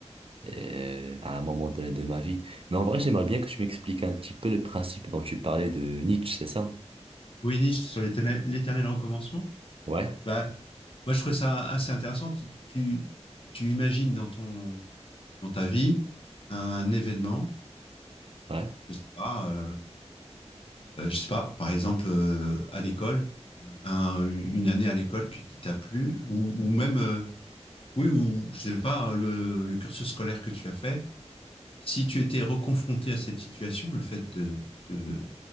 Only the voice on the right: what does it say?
euh, à un moment donné de ma vie. Mais en vrai, j'aimerais bien que tu m'expliques un petit peu le principe dont tu parlais de Nietzsche, c'est ça?
Ouais,
ouais.